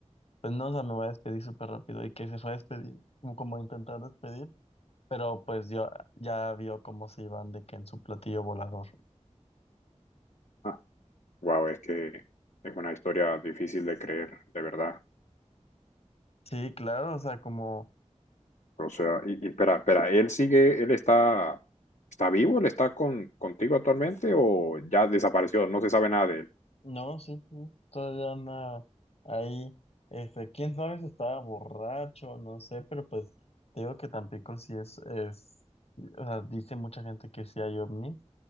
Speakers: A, on the left; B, on the left.
A: pues no, o sea, me voy a despedir súper rápido. Y que se fue a despedir, como, como a intentar despedir, pero pues yo ya vio cómo se iban de que en su platillo volador.
B: ah, wow, es que es una historia difícil de creer, de verdad.
A: Sí, claro, o sea, como...
B: O sea, y, y espera, espera, ¿él sigue, él está, está vivo? ¿Él está con, contigo actualmente o ya desapareció? No se sabe nada de él.
A: No, sí, sí, todavía anda ahí. Este, quién sabe si estaba borracho, no sé, pero pues te digo que Tampico sí es, es, o sea, dice mucha gente que sí hay ovnis.